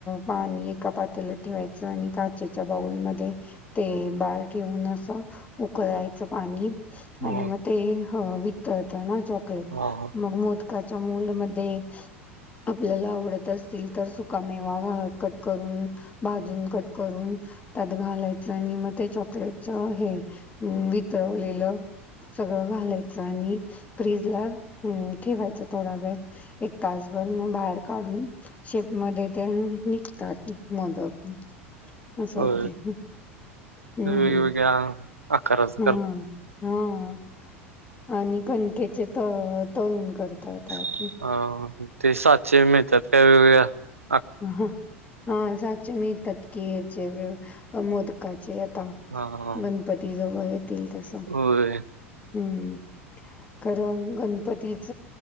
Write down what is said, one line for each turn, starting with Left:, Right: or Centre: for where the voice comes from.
Left: पाणी का पाताला ठेवायचं आणि काचेच्या बाऊलमध्येध्ये ते बार ठेवून असं उकळायचं पाणी
Right: हा
Left: आणि म ते वितळतं ना चॉकलेट
Right: हा हा
Left: मग मोदकाच्या मोल्ड आपल्याला आवडत असतील तर सुकामेवा करून भाजून कट करून त्यात घालायच आणि मग ते चॉकलेट च हे विथ वितळवलेलं सगळं घालायचं आणि फ्रीज ला ठेवायचं थोडा वेळ एक तासभर मग बाहेर काढून शेप मध्ये ते निघतात मोदक असं होते
Right: हो
Left: हम्म
Right: वेगवेेगळ्या आकारच
Left: हा
Right: करता
Left: हा आणि कणकेचे त तळून करता येतात
Right: <unintelligible> ते साचे मिळतात <unintelligible>
Left: ह हा हा साचे मिळतात की ह्याचे मोदकाचे
Right: हा हा
Left: गणपती जवळ येत आहेत <unintelligible>
Right: होय
Left: हम्म कारण गणपतीच